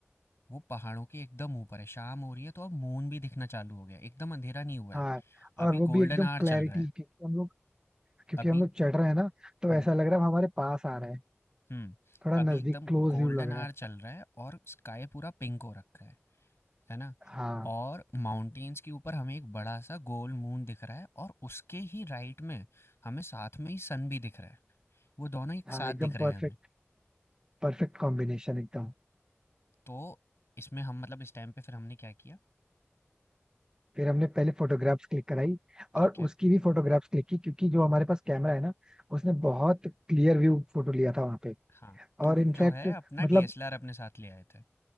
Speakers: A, on the left; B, on the right.
A: वो पहाड़ों के एकदम ऊपर है। शाम हो रही है तो अब मून भी दिखना चालू हो गया है, एकदम अंधेरा नहीं हुआ है।
B: हाँ
A: अभी
B: और वो
A: गोल्डन
B: भी एकदम
A: ऑवर
B: क्लैरिटी
A: चल रहा है।
B: क्योंकि हम लोग क्योंकि
A: अभी
B: हम लोग चढ़ रहे हैं ना तो
A: हुँ।
B: ऐसा लग रहा है वो हमारे पास आ रहा है
A: हुँ।
B: थोड़ा
A: अभी
B: नजदीक
A: एकदम
B: क्लोज
A: गोल्डन
B: व्यू लग रहा
A: ऑवर
B: है
A: चल रहा है और स्काई पूरा पिंक हो रखा है, है ना?
B: हाँ
A: और माउंटेन्स के ऊपर हमें एक बड़ा-सा गोल मून दिख रहा है और उसके ही राइट में हमें साथ में ही सन भी दिख रहा है। वो दोनों एक
B: हाँ
A: साथ
B: एकदम
A: दिख रहे
B: परफेक्ट
A: हैं हमें।
B: परफेक्ट कॉम्बिनेशन एकदम
A: तो इसमें हम मतलब इस टाइम पे फिर हमने क्या किया
B: फिर हमने पहले फोटोग्राफ्स क्लिक कराई
A: ठीक
B: और
A: है
B: उसकी भी फोटोग्राफ्स क्लिक की क्योंकि जो हमारे पास कैमरा है ना उसने बहुत क्लियर व्यू फोटो लिया था वहां पे
A: हाँ, तुम
B: और इनफैक्ट
A: जो है अपना
B: मतलब
A: डीएसएलआर अपने साथ ले आए थे।